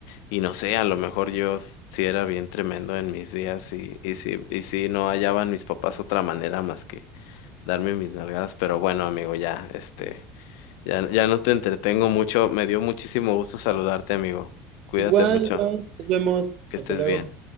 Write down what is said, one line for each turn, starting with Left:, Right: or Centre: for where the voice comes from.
Left: y no sé, a lo mejor yo s- sí era bien tremendo en mis días y, y sí, y sí no hallaban mis papás otra manera más que darme mis nalgadas, pero bueno, amigo, ya, este. Ya, ya no te entretengo mucho. Me dio muchísimo gusto saludarte, amigo. Cuídate
Right: Igual,
Left: mucho.
Right: igual, nos vemos.
Left: Que
Right: Hasta
Left: estés
Right: luego.
Left: bien.